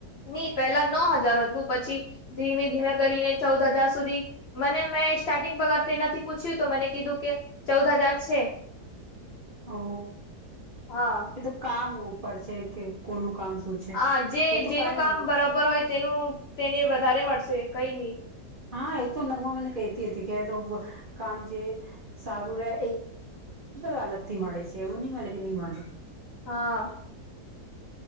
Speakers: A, on the left; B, on the right.
A: નઈ પેલા નવ હજાર હતું પછી ધીમે ધીમે કરીને ચૌદ હજાર સુધી મને મે સ્ટાર્ટિંગ પગર તેનાથી પૂછ્યું તો મને કીધું કે ચૌદ હજાર છે.
B: ઓ
A: હા
B: એ તો કામ ઉપર છે કે કોનું કામ શું છે
A: હા જે
B: એ તો
A: જેનું
B: કાઈ
A: કામ
B: નહી
A: બરાબર હોય તેનું તેને વધારે મળશે કઈ નહી.
B: હા એ તો નગમા મને કતી હતી કે તો કામ જે સારું રહે. <unintelligible> અલગ થી મળે છે એવું નહી મળે કે નહી મળે
A: હા.